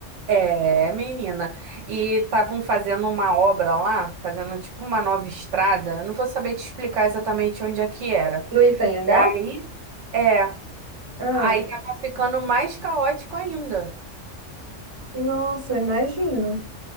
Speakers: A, on the right; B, on the right.
A: É, menina. E estavam fazendo uma obra lá, fazendo tipo uma nova estrada. Eu Não vou saber te explicar exatamente onde é que era.
B: No Itanhangá?
A: E aí, é,
B: Ah,
A: aí tava ficando mais caótico ainda.
B: nossa, eu imagino.